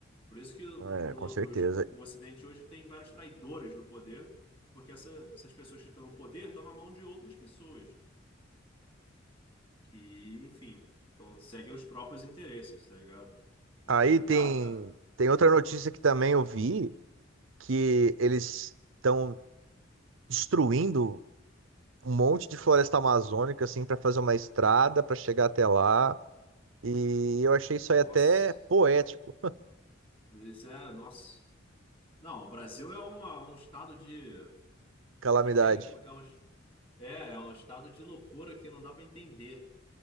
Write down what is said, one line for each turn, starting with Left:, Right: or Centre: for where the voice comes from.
Left: Por isso que o,
Right: É,
Left: o-
Right: com certeza.
Left: os- o Ocidente hoje tem vários traidores no poder, porque essa- essas pessoas que estão no poder estão na mão de outras pessoas que, enfim, então, seguem os próprios interesses, tá ligado? É
Right: Aí
Left: complicado,
Right: tem,
Left: cara.
Right: tem outra notícia que também eu vi, que eles estão destruindo um monte de floresta amazônica, assim, para fazer uma estrada para chegar até lá. E eu achei isso aí
Left: Nossa.
Right: até poético,
Left: Isso é, nossa. Não, o Brasil é uma, um estado de.
Right: calamidade.
Left: Como é que é? Como- É um, é, é um estado de loucura que não dá pra entender.